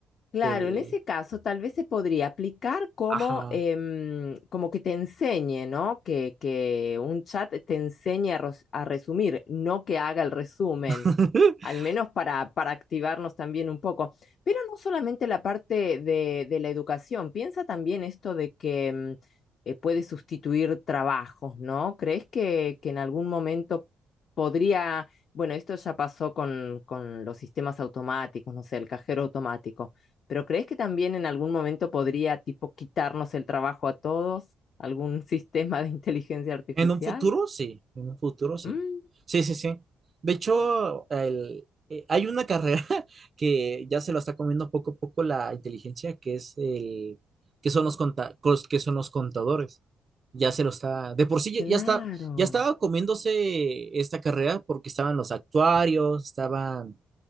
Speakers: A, on the left; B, on the right.
A: Claro,
B: el,
A: en ese caso tal vez se podría aplicar como,
B: ajá,
A: em, como que te enseñe, ¿no? Que, que un chat te enseñe a, ros- a resumir, no que haga el resumen,
B: <laughs>
A: al menos para, para activarnos también un poco. Pero no solamente la parte de, de la educación, piensa también esto de que em, eh, puede sustituir trabajos, ¿no? ¿Crees que, que en algún momento podría, bueno, esto ya pasó con, con los sistemas automáticos, no sé, el cajero automático? Pero ¿crees que también en algún momento podría, tipo, quitarnos el trabajo a todos? ¿Algún <laughs> sistema de inteligencia artificial?
B: En un futuro, sí. En un futuro, sí.
A: Mm,
B: Sí, sí, sí. De hecho, el- eh, hay una carrera <laughs> que ya se lo está comiendo poco a poco la inteligencia, que es el, que son los conta- cos- que son los contadores. Ya se lo está, de por sí ya
A: claro,
B: ya está, ya estaba comiéndose esta carrera porque estaban los actuarios, estaban